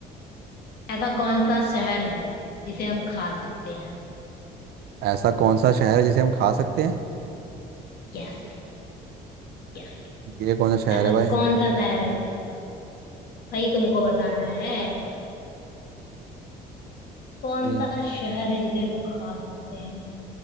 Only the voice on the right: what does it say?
ऐसा कौन सा शहर है जिसे हम खा सकते हैं
ये कौन सा शहर
है भाई
हम्म,